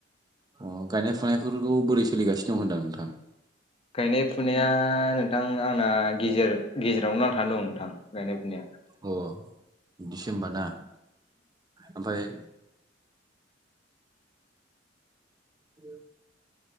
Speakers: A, on the right; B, on the left.
A: अ गायनाय फुनायफोरखौ बोरै सोलिगासिनो दं होनदां नोंथां।
B: गायनाय फुनाया नोंथां आंना गेजेर गेजेरावनो नांथानानै दं नोंथां गायनाय फुनाया।
A: अ इदिसो ओमबा ना ओमफ्राय <inaudible> अ